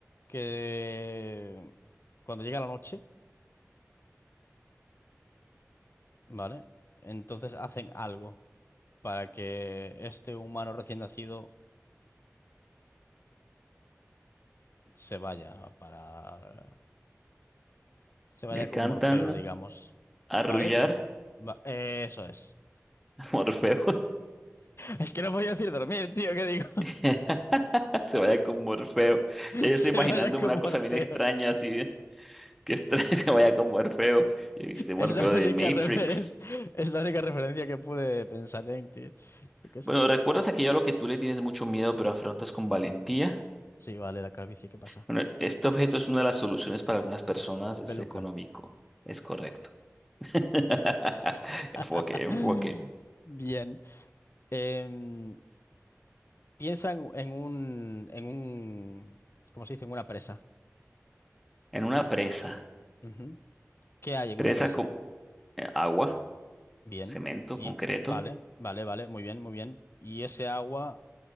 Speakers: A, on the left; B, in the centre.
A: que... Cuando llega la noche, ¿vale? Entonces hacen algo para que este humano recién nacido se vaya para Se vaya
B: Le
A: con
B: cantan
A: Morfeo, digamos. Vale,
B: arrullar,
A: bien. Va- eh, eso es.
B: <laughs> Morfeo.
A: Es que no voy a decir dormir, tío, ¿qué digo?
B: <laughs> se vaya con Morfeo.
A: <laughs>
B: Ya yo
A: Se
B: estoy imaginándome
A: vaya con
B: una cosa
A: Morfeo.
B: bien extraña, así, que extraña <laughs> se vaya con Morfeo. Y este Morfeo
A: Es la
B: de
A: única
B: Matrix.
A: referencia, es la única referencia que pude pensar en, tío. Yo qué sé.
B: Bueno, ¿recuerdas aquello a lo que tú le tienes mucho miedo, pero afrontas con valentía?
A: Sí, vale, la calvicie, ¿qué pasa?
B: Bueno, este objeto es una de las soluciones para algunas personas, es
A: Peluca.
B: económico, es correcto. <laughs> Enfoque,
A: <laughs>
B: enfoque.
A: Bien. Em, piensa en, en un, en un, ¿cómo se dice? En una presa.
B: En una presa,
A: Ujú. ¿Qué hay en
B: presa
A: una presa?
B: con eh, agua,
A: Bien.
B: cemento,
A: Y
B: concreto,
A: vale, vale, vale, muy bien, muy bien. Y ese agua